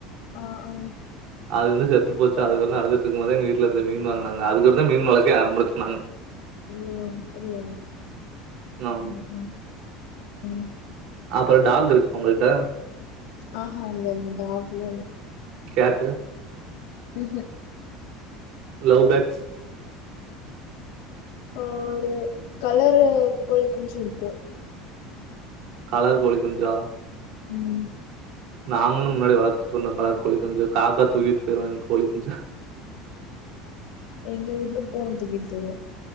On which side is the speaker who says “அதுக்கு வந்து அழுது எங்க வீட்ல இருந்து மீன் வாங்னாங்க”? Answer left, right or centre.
Right